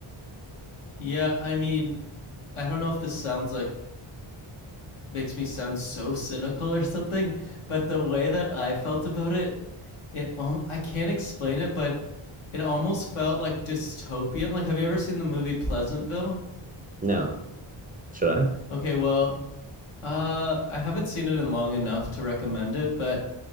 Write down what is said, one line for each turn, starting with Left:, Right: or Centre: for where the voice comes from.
Left: Yeah, I mean, I don't know if this sounds like makes me sound so cynical or something, but the way that I felt about it, it I can't explain it, but it almost felt like dystopian. Like, have you ever seen the movie Pleasantville?
Right: No, Should I?
Left: Okay, well, uh, I haven't seen it in long enough to recommend it, but